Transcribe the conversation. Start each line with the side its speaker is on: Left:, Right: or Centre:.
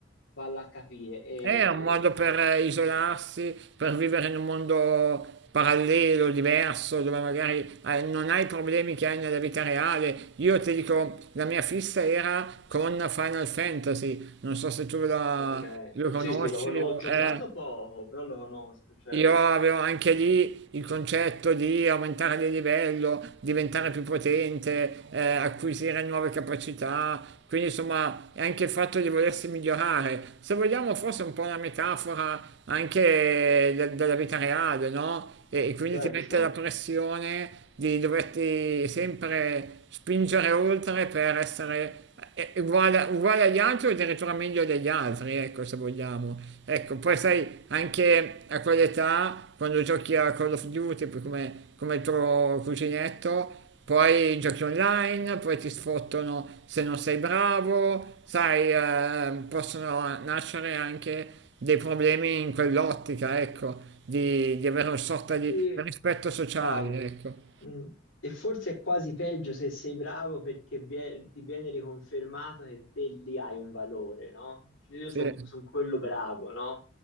Left: valla a capire. E...
Right: È un modo per isolarsi, per vivere in un mondo parallelo, diverso, dove magari eh, non hai i problemi che hai nella vita reale. Io ti dico, la mia fissa era con Final Fantasy, non so se tu la-
Left: Ok,
Right: lo Sì.
Left: sì,
Right: conosci
Left: sì, lo conosco,
Right: o...
Left: ci ho
Right: eh.
Left: giocato poco, però lo conosco, certo.
Right: Io avevo anche lì il concetto di aumentare di livello, diventare più potente, eh, acquisire nuove capacità, quindi insomma è anche il fatto di volersi migliorare. Se vogliamo forse un po' una metafora anche de- della vita reale, no? E, e quindi
Left: Certo.
Right: ti mette la pressione di doverti sempre spingere oltre per essere è uguale, uguale agli altri o addirittura meglio degli altri, ecco, se vogliamo. Ecco, poi sai, anche a quell'età, quando giochi a Call of Duty, poi come, come il tuo cuginetto, poi giochi online, poi ti sfottono se non sei bravo, sai, eh, possono nascere anche dei problemi in quell'ottica, ecco, di, di avere una sorta di
Left: Sì,
Right: rispetto sociale,
Left: bravo.
Right: ecco.
Left: Mm. E forse è quasi peggio se sei bravo perché vie- ti viene riconfermato che te lì hai un valore, no? Dici, Io
Right: Sì,
Left: sono
Right: eh,
Left: quello bravo, no?